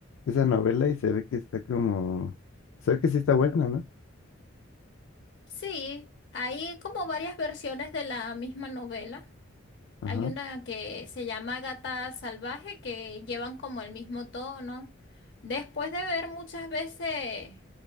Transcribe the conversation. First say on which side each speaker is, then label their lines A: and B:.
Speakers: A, on the left; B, on the left.
A: esa novela y se ve que está como, se ve que sí está buena, ¿no?
B: Sí, hay como varias versiones de la misma novela.
A: Ajá,
B: Hay una que se llama Gata Salvaje que llevan como el mismo tono. Después de ver muchas veces